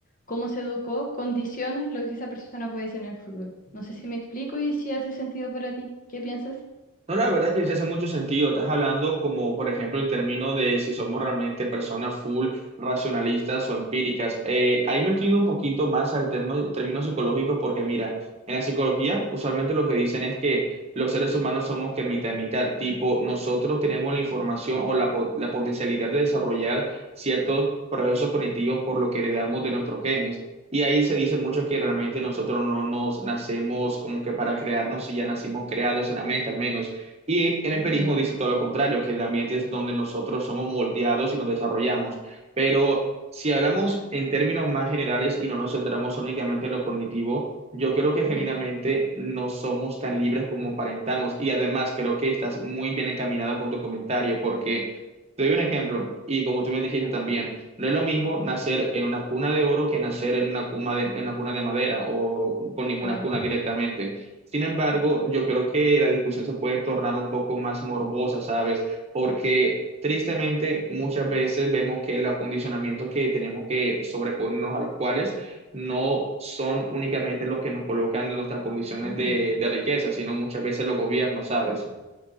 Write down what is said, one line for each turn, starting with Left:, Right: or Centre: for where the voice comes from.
Left: cómo se educó, condiciona lo que esa persona puede ser en el futuro. No sé si me explico y si hace sentido para ti. ¿Qué piensas?
Right: No, la verdad que sí hace mucho sentido. Estás hablando como, por ejemplo, el término de si somos realmente personas full racionalistas o empíricas. Eh, ahí me estoy yendo un poquito más al termo- término psicológico porque, mira, en la psicología usualmente lo que dicen es que los seres humanos somos que mitad y mitad, tipo, nosotros tenemos la información o la, po- la potencialidad de desarrollar ciertos procesos cognitivos por lo que heredamos de nuestros genes. Y ahí se dice mucho que realmente nosotros no nos nacemos como que para crearnos, si ya nacimos creados en la mente al menos y el empirismo
Left: Ujú,
Right: dice todo lo contrario, que el ambiente es donde nosotros somos moldeados y nos desarrollamos. Pero si hablamos en términos más generales y no nos centramos únicamente en lo cognitivo, yo creo que
Left: ujú,
Right: genuinamente no somos tan libres como aparentamos. Y además creo que estás muy bien encaminada con tu comentario porque... Te doy un ejemplo, y como tú bien dijiste también, no es lo mismo nacer en una cuna de oro que nacer en una cuna de, en una cuna de madera o con ninguna
Left: Claro.
Right: cuna directamente. Sin embargo, yo creo que la discusión se puede tornar un poco más morbosa, ¿sabes? Porque tristemente muchas veces vemos que los acondicionamientos que tenemos que sobreponernos a los cuales no son únicamente los que nos colocan en nuestras condiciones
Left: Ujú,
Right: de, de riqueza, sino muchas veces los gobiernos, ¿sabes?
Left: ujú.